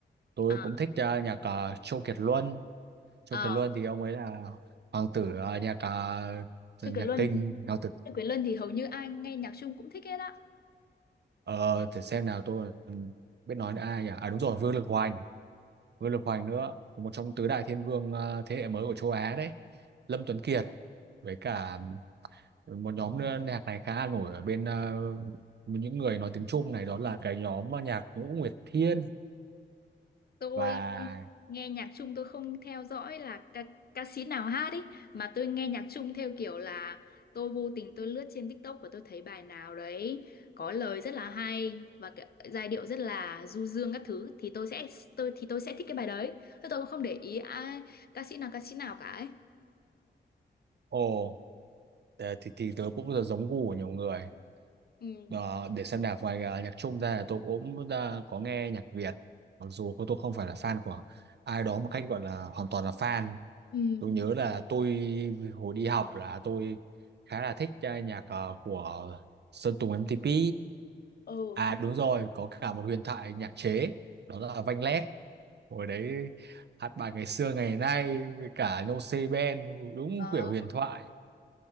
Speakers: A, on the right (about 60°); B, on the left (about 50°).
A: tôi
B: À,
A: cũng thích ờ, nhạc ờ, Châu Kiệt Luân Châu
B: ờ,
A: Kiệt Luân thì ông ấy là hoàng tử ờ, nhạc ờ,
B: Sư
A: nhạc
B: Quyền Luân,
A: tinh hoàng tử
B: Sư Quyền Luân thì hầu như ai nghe nhạc Trung cũng thích hết á.
A: ờ, để xem nào tôi còn biết nói đến ai nhỉ à đúng rồi Vương Lực Hoành Vương Lực Hoành nữa một trong tứ đại thiên vương ờ, thế hệ mới của châu Á đấy Lâm Tuấn Kiệt với cả một nhóm nữa nhạc này khá là nổi ở bên ờ, những người nói tiếng Trung này đó là cái nhóm ờ, nhạc Ngũ Nguyệt Thiên
B: tôi
A: và
B: nghe nhạc Trung tôi không theo dõi là ca, ca sĩ nào hát ý mà tôi nghe nhạc Trung theo kiểu là tôi vô tình tôi lướt trên TikTok và tôi thấy bài nào đấy có lời rất là hay và cái, giai điệu rất là du dương các thứ thì tôi sẽ tôi thì tôi sẽ thích cái bài đấy tôi tôi cũng không để ý ai ca sĩ nào ca sĩ nào cả ấy
A: ồ Ờ, thì, thì tớ cũng giống gu của nhiều người
B: ừ
A: Ờ, để xem nhạc ngoài ờ, nhạc Trung ra là tôi cũng ờ, có nghe nhạc Việt mặc dù cô- tôi không phải là fan của ai đó một cách gọi là hoàn toàn là fan
B: ừ
A: tôi nhớ là tôi hồi đi học là tôi khá là thích ờ, nhạc ờ, của Sơn Tùng MTP
B: ừ
A: à đúng rồi có cả một huyền thoại nhạc chế đó là Vanh Leg hồi đấy hát bài ngày xưa ngày nay với cả No Say Band đúng
B: Đó,
A: kiểu huyền thoại